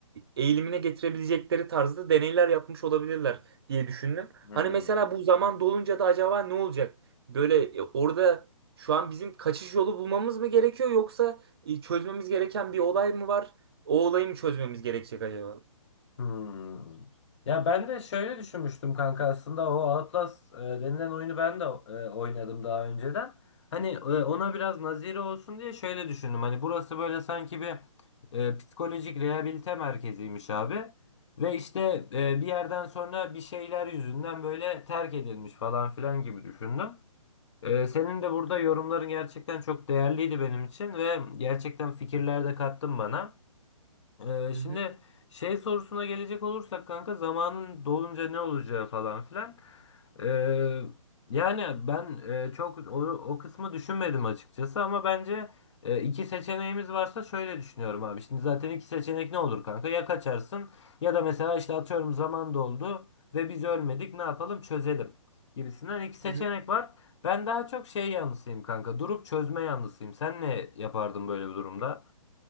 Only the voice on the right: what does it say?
eğilimine getirebilecekleri tarzda deneyler yapmış olabilirler diye düşündüm.
Hani mesela bu zaman dolunca da acaba ne olacak? Böyle e, orada şu an bizim kaçış yolu bulmamız mı gerekiyor yoksa e, çözmemiz gereken bir olay mı var? O olayı mı çözmemiz gerekecek acaba?
Hı hı.
Hı hı.